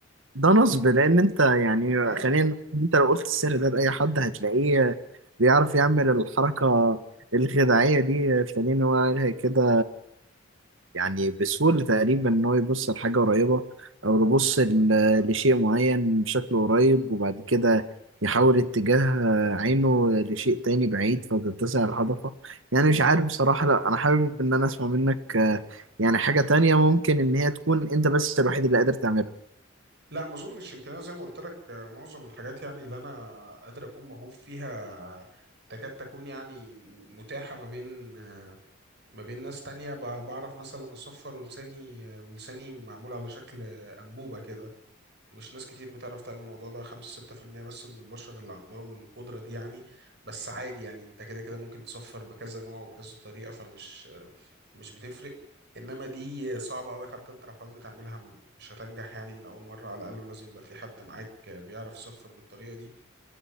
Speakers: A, on the right (about 80°); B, on the right (about 55°).
A: ده نصب لان انت يعني
B: ايوه
A: خلينا نقول إن انت لو قلت السر ده لاي حد هتلاقيه بيعرف يعمل الحركه الخداعيه دي خلينا نقول كده يعني بسهوله تقريبا ان هو يبص لحاجه قريبه او يبص ل- لشيء معين بشكل قريب وبعد كده يحول اتجاه عينه لشيء تاني بعيد فتتسع الهضفه يعني مش عارف بصراحه لا انا حابب ان انا اسمع منك آه، يعني حاجه تانية ممكن ان هي تكون انت بس الوحيد اللي قادر تعملها
B: لا ما اظنش يمكن انا زي ما قلت لك آه، معظم الحاجات يعني اللي انا قادر اكون موهوب فيها تكاد تكون يعني متاحة ما بين ما بين ناس تانية ب- بعرف مثلا اصفر ولساني آه، ولساني معمول على شكل آه، انبوبة كده مش ناس كتير بتعرف تعمل الموضوع ده خمسة ستة في المية بس من البشر اللي عندهم القدرة دي يعني بس عادي يعني انت كده كده ممكن تصفر بكذا نوع وبكذا طريقة فمش مش بتفرق انما دي صعبة قوي حتى انت لو حاولت تعملها م- مش هتنجح يعني من اول مرة على الاقل ولازم يبقى في حد معاك بيعرف يصفر بالطريقة دي